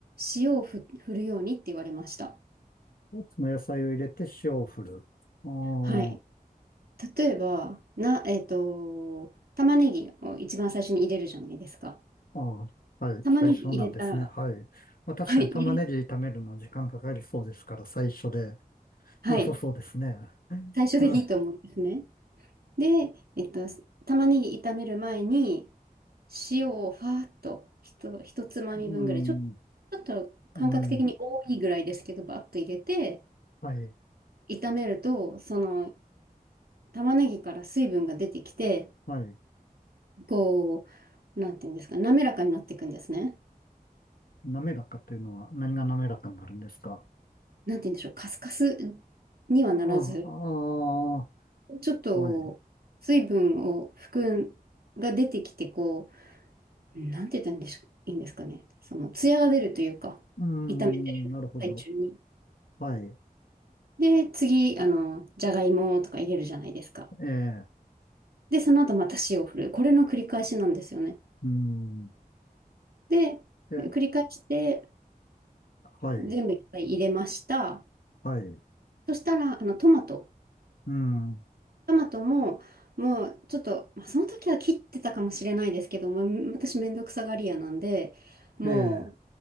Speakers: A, on the right; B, on the left.
A: 塩をふ、振るようにって言われました。
B: その野菜を入れて塩を振る。あ
A: はい。
B: あ。
A: 例えば、な、えっと、玉ねぎを一番最初に入れるじゃないですか。
B: ああ、はい、
A: 玉ねぎ入れたら、
B: 最初なんですね。はい。
A: <laughs>
B: まあ確かに玉ねぎ炒めるの時間かかりそうですから最初で
A: はい、入れ、はい、
B: 良さそうですね。
A: 最初でいいと思うんですね。
B: うん、
A: で、えっと、玉ねぎ炒める前に、塩をファーっと、ひと、一つまみ分ぐらい、
B: うん、
A: ちょ、ちょっと感覚的に多いぐらいですけど、
B: うん、
A: バッと入れて、
B: はい、
A: 炒めると、その玉ねぎから水分が出てきて、
B: はい。
A: こう、なんていうんですか、滑らかになっていくんですね。
B: 滑らかというのは何が滑らかになるんですか
A: なんていうんでしょう、カスカスにはならず、
B: ああ、あ
A: ちょっと水分を含んが出てきて、
B: あ、はい。
A: こう、なんて言ったらいいんでしょいいんですかね。その、ツヤが出るというか、
B: うん、
A: 炒めてる最中に。
B: なるほど。はい。
A: で、次、あの、じゃがいもとか入れるじゃないですか。
B: ええ、
A: で、その後また塩を振る。これの繰り返しなんですよね。
B: うん、
A: で、
B: え、
A: で繰り返して、
B: はい、
A: 全部いっぱい入れました。
B: はい。
A: そしたら、あの、トマト。
B: うん、
A: トマトも、もう、ちょっと、まあ、その時は切ってたかもしれないですけども、私めんどくさがり屋なんで、もう、
B: ええ、